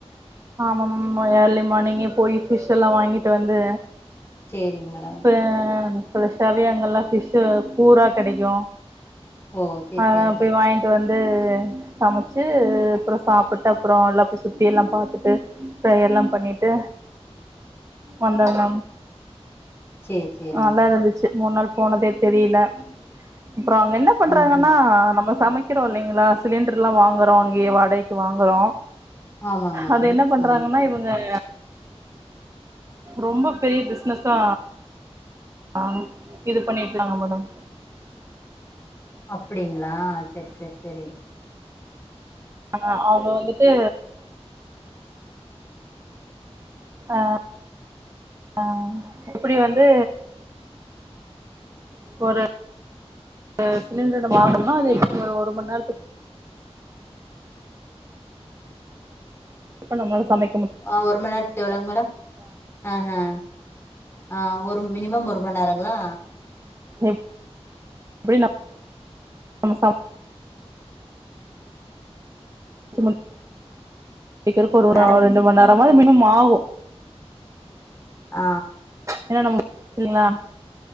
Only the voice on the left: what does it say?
சரிங்க மேடம்.
ஓ! சரி,
சரிங்க.
சரி, சரிங்க.
ஆஹ.
ஆமாங்க மேடம்
ம்
அப்டிங்களா சேரி சேரி சேரி
ஆ ஒரு மண் நேரத்துக்கு எவ்ளோங்க மேடம் ஆ ஆ ஆ ஒரு மினிமம் ஒரு மண் நேரங்களா
மேடம்
விட்
ஆ